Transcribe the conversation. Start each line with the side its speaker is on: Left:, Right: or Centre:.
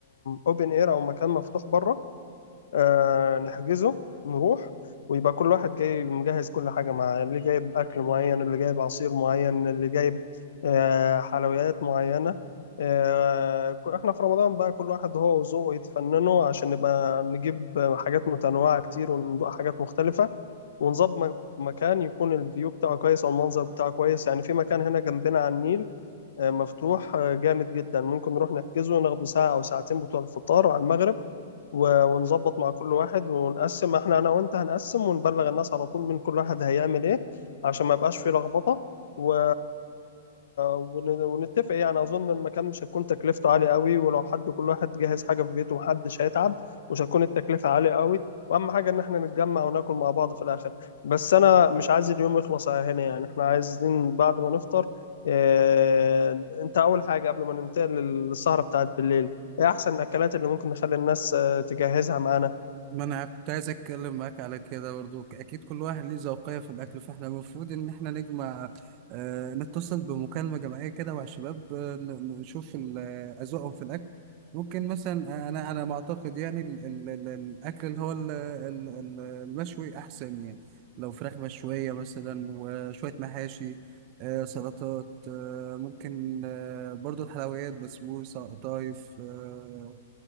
Left: اوبن اير او مكان مفتوح بره آه نحجزه نروح ويبقى كل واحد جاي مجهز كل حاجة معاه اللي جايب أكل معين اللي جايب عصير معين اللي جايب آه حلويات معينة آه ك- احنا في رمضان بقى كل واحد هو وذوقه يتفننوا عشان نبقى نجيب حاجات متنوعة كتير وندوق حاجات مختلفة ونظبط م- مكان يكون الفيو بتاعه كويس أو المنظر بتاعه كويس يعني في مكان هنا جنبنا على النيل آه، مفتوح آه، جامد جدا ممكن نروح نحجزه ناخده ساعة أو ساعتين بتوع الفطار على المغرب و- ونظبط مع كل واحد ونقسم احنا انا وانت هنقسم ونبلغ الناس على طول من كل واحد هيعمل ايه عشان ما يبقاش فيه لخبطة و... ون... ونتفق يعني اظن المكان مش هتكون تكلفته عالية قوي ولو حد كل واحد جهز حاجة في بيته محدش هيتعب مش هتكون التكلفة عالية قوي واهم حاجة ان احنا نتجمع وناكل مع بعض في الاخر بس انا مش عايز اليوم يخلص على هنا يعني احنا عايزين بعد ما نفطر اه... انت اول حاجة قبل ما ننتقل للسهرة بتاعت بالليل ايه احسن الاكلات اللي ممكن نخلي الناس تجهزها معانا
Right: ما انا كنت عايز اتكلم معاك على كده برضو اكيد كل واحد ليه ذوقية في الاكل فاحنا المفروض ان احنا نجمع آه نتصل بمكالمة جماعية كده مع الشباب آه ن- نشوف ال- آه، اذواقهم في الاكل ممكن مثلا آه، انا على ما اعتقد يعني ال ال ال الاكل اللي هو ال ال ال المشوي احسن يعني لو فراخ مشوية مثلا وشوية محاشي آه سلطات آه ممكن آه برضو الحلويات بسبوسة قطايف آه